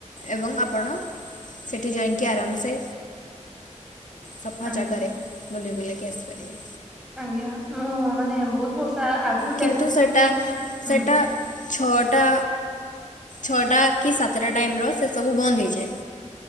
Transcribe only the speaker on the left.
ଏବଂ ଆପଣ ସେଠି ଯାଇକି ଆରାମସେ ସଫା
ଜାଗାରେ ବୁଲି ବୁଲାକି ଆସିପାରିବେ।
କିନ୍ତୁ
ସେଇଟା
ସେଇଟା
ଛଅଟା ଛଅଟା କିସାତଟା ଟାଇମ୍ର ସେସବୁ ବନ୍ଦ ହେଇଯାଏ।